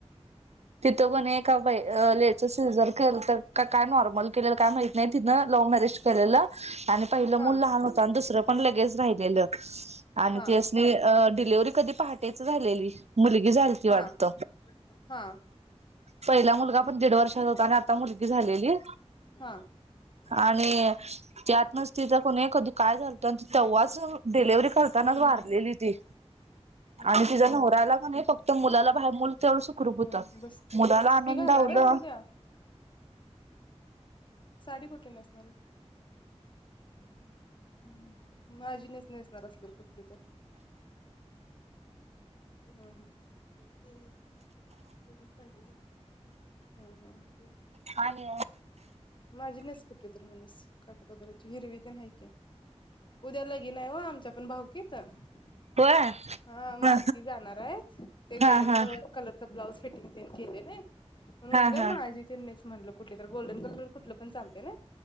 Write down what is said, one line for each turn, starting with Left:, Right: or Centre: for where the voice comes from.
Right: तिथं पण का बाय अ लेडीचं सीझर केलं तर काय नॉर्मल केलं काय माहित नाही तिनं लव म्यॅर रिज केलेलं. आणि पहिलं
Left: हा
Right: मूल लहान होत आणि दुसरं पण लगेच राहिलेलं आणि
Left: हा
Right: त्यास्नी डिलिव्हरी कधी पहाटायच झालेली मुलगी झालती
Left: हा
Right: वाटत
Left: हा
Right: पहिला मुलगा पण दीड वर्षात होता आणि आता मुलगी झालेली
Left: हा
Right: आणि त्यातच ना तिथं कोणी कधी काय झालतं आणि तेव्हाच डिलेव्हरी करताना
Left: हम्म
Right: भारलेली
Left: हम्म
Right: ती
Left: हा
Right: आणि तीच्या नवऱ्याला म्हणे फक्त मुला बाहेर सुखरूप होतं.
Left: हम्म बसते
Right: मुलाला आनंदवला
Left: ही घालणार आहेस उद्या साडी कुठे नसणार <inaudible> हम् माझी नेसणार असल कुठली तर <inaudible> <unintelligible> <unintelligible>
Right: आणि,
Left: माझी नेस कुटली तर म्हणूस काटपदराची हिरवी ते नाहीक उद्या लगीन आहे आमच्या कडे भाऊकीत हा
Right: होय
Left: मग
Right: हा
Left: आता ति जाणार आहे. ते गोल्डन
Right: हा हा हा
Left: कलरचा ब्लाउज फिट केले म्हणून
Right: हा
Left: म्हटलं
Right: हा
Left: माझी त्यांच म्हटलं कुठले तर गोल्डन कलर कुठलं पण चालत ना